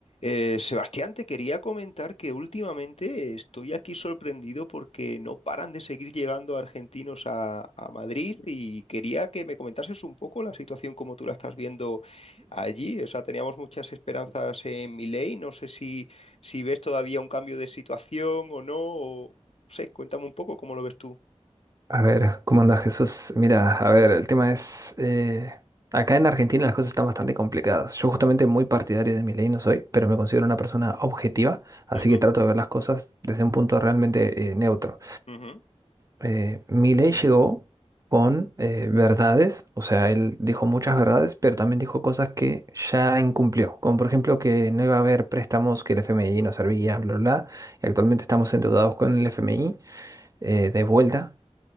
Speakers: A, on the left; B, on the right.
A: Eh, Sebastián, te quería comentar que últimamente estoy aquí sorprendido porque no paran de seguir llegando argentinos a, a Madrid y quería que me comentases un poco la situación como tú la estás viendo allí. O sea, teníamos muchas esperanzas en Milei. No sé si, si ves todavía un cambio de situación o no. O, no sé, cuéntame un poco cómo lo ves tú.
B: A ver, ¿cómo anda Jesús? Mira, a ver,
A: Que-
B: el tema es, eh, acá en Argentina las cosas están bastante complicadas. Yo justamente muy partidario de mi ley no soy, pero me considero una persona objetiva, así
A: Ujú,
B: que trato de ver las cosas desde un punto realmente eh, neutro.
A: ujú,
B: Eh, Milei llegó con eh, verdades, o sea, él dijo muchas verdades, pero también dijo cosas que ya incumplió, como por ejemplo que no iba a haber préstamos, que el FMI no servía, bla, bla, bla, y actualmente estamos endeudados con el FMI eh, de vuelta.